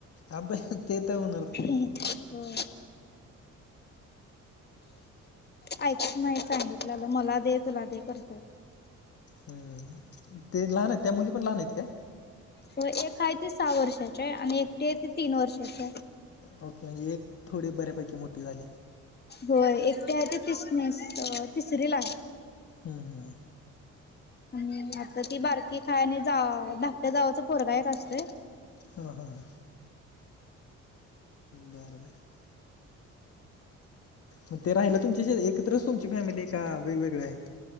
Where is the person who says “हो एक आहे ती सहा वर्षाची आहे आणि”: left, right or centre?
Left